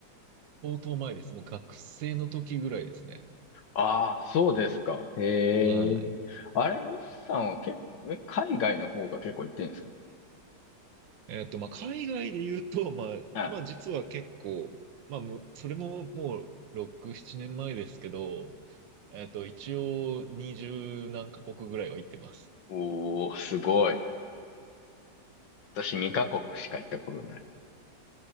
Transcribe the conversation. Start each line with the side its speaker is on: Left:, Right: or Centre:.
Right: 相当前です。もう学生の時ぐらいですね。
Left: ああ、そうですか。ええ。
Right: はい。
Left: あれ、よしさんは結構、え海外の方が結構行ってるんですか
Right: えっと、まあ、海外で言うと、まあ、
Left: はい
Right: まあ、実は結構、まあ、む、それももう6、7年前ですけど、えっと、一応20何カ国ぐらいは行ってます。
Left: おー、すごい。私2カ国しか行ったことない。